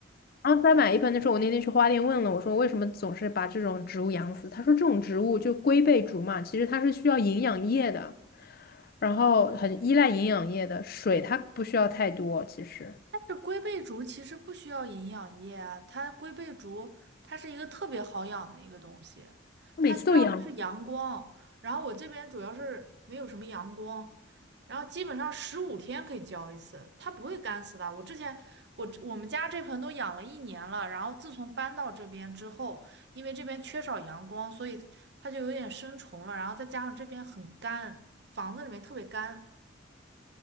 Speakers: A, on the left (about 45°); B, on the right (about 55°).
A: 然后再买一盆的时候，我那天去花店问了，我说为什么总是把这种植物养死？他说这种植物就龟背竹嘛，其实它是需要营养液的，然后很依赖营养液的，水它不需要太多。其实
B: 这龟背竹其实不需要营养液啊，它龟背竹它是一个特别好养的一个东西，
A: 每次都养，
B: 它需要的是阳光。然后我这边主要是没有什么阳光，然后基本上十五天可以浇一次，它不会干死的。我之前我我们家这盆都养了一年了，然后自从搬到这边之后，因为这边缺少阳光，所以它就有点生虫了，然后再加上这边很干，房子里面特别干。